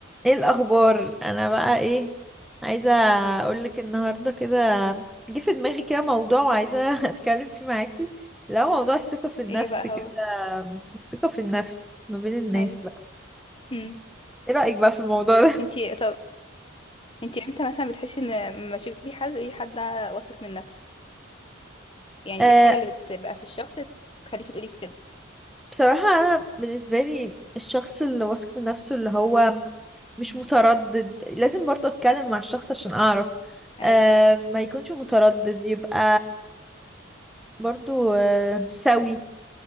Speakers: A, in the centre; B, on the left (about 25°).
A: ايه الاخبار انا بقى ايه عايزه اقولك النهارده كده جه في دماغي كده موضوع وعايزه
B: مم.
A: <laughs> اتكلم فيه معاكي لو موضوع الثقه في النفس
B: ايه بقى
A: كده
B: هو
A: الثقه في النفس ما بين الناس
B: ايوه
A: بقى
B: امم
A: ايه رايك بقى في الموضوع ده
B: انتي طب انتي امتى مثلا بتحسي ان لما تشوفي حد اي حد واثق من نفسه
A: <laughs>
B: يعني
A: آه
B: ايه الحاجه اللي بتبقى في الشخص تخليكي تقولي كده
A: بصراحه انا بالنسبه لي الشخص اللي واثق من نفسه اللي هو مش
B: مم.
A: متردد لازم برضه اتكلم مع الشخص عشان اعرف
B: ايوه
A: آه ما يكونش متردد يبقى برضه آه سوي